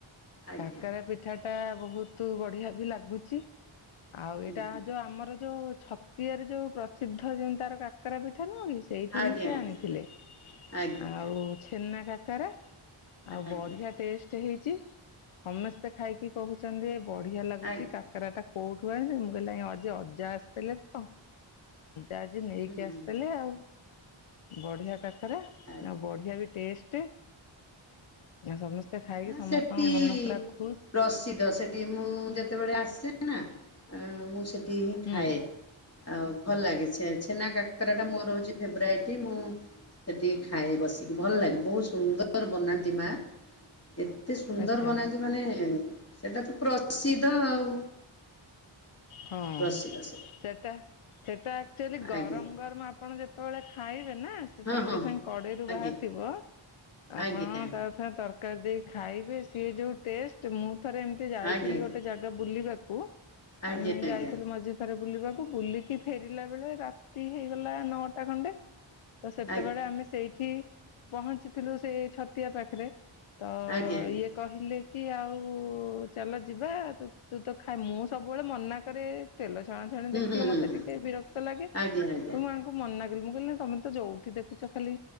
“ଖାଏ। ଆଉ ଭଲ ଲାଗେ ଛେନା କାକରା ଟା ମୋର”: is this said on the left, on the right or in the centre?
Left